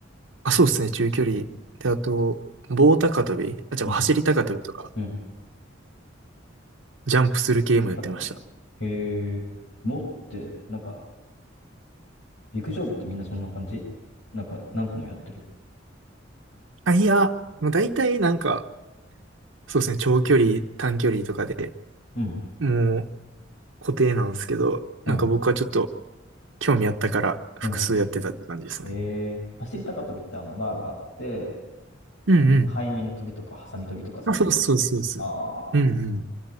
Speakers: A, on the right; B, on the left.
A: あ、そうですね、中距離。
B: うん。
A: で、あと、棒高跳び、あ、じゃあ走り高跳びとか、
B: うん。うん
A: ジャンプする系もやってました。
B: 尻高跳び。へえ持って、なんか、陸上部ってみんなそんな感じなんか、何個もやってる。
A: あ、いや、もう大体なんか、そうですね、長距離、短距離とかで、
B: うん。
A: もう固定なんですけど、
B: うん。
A: なんか僕はちょっと興味あったから複数やってたって感じですね。
B: うん。えー、走り高跳びってあの、バーがあって、
A: うんうん。
B: あの、背面飛びとか、ハサミ飛びとか、そういう系のやつ。
A: あ、そうそうそうそう。
B: ああ、
A: うんうん。